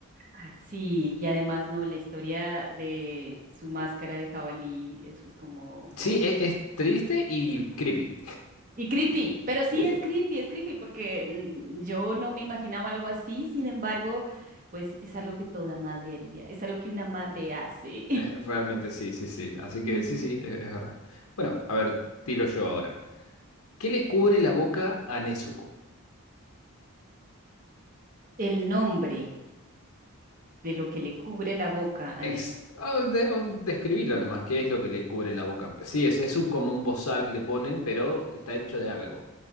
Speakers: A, on the right; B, on the left.
A: Ah, Sí, y además no, la historia de su máscara de jabalí, eso es como
B: Sí,
A: watch.
B: es, es triste y creepy.
A: Y creepy, pero sí
B: Sí,
A: es creepy, es creepy porque mm, yo no me imaginaba algo así, sin embargo, pues es algo que toda madre haría, es algo que una madre hace.
B: eh, realmente sí, sí, sí. Así
A: <laughs> Ujú.
B: que sí, sí, es, es verdad. Bueno, a ver, tiro yo ahora. ¿Qué le cubre la boca a Nezuko?
A: El nombre de lo que le cubre la boca a
B: Ex-
A: Nezuko.
B: ah, de- o describilo nomás, ¿qué es lo que le cubre la boca? Pues sí, es, es un- como un bozal que le ponen, pero está hecho de algo.